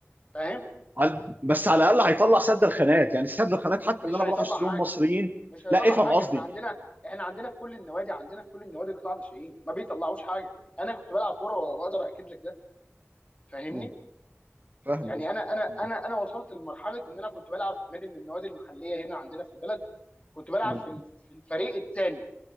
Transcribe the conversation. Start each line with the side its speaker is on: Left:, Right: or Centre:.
Left: فاهم
Right: على- بس على الاقل هيطلع سد الخانات يعني سد الخانات حتى
Left: مش
Right: اللي انا
Left: هيطلع
Right: بروح اشتريهم
Left: حاجه
Right: مصريين
Left: مش هيطلع
Right: لا افهم
Left: حاجه
Right: قصدي
Left: احنا عندنا احنا عندنا في كل النوادي عندنا في كل النوادي قطاع ناشئين ما بيطلعوش حاجه انا كنت بلعب كوره واقدر اكد لك ده فاهمني
Right: مم، فاهم
Left: يعني
Right: قصدي
Left: انا انا انا
Right: مم،
Left: انا وصلت لمرحله ان انا كنت بلعب في نادي من النوادي المحليه هنا عندنا في البلد كنت بلعب
Right: مم،
Left: في ال- في الفريق الثاني